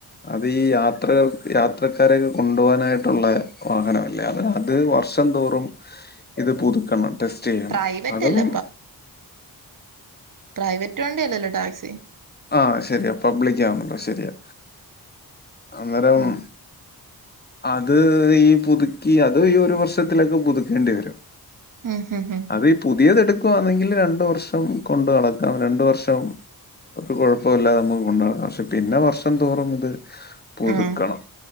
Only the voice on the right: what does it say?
പ്രൈവറ്റ്
അല്ല പ്രൈവറ്റ് വണ്ടി അല്ലല്ലോ ടാക്സി.
ഉം
ഉം ഉം ഹ്
ആഹ്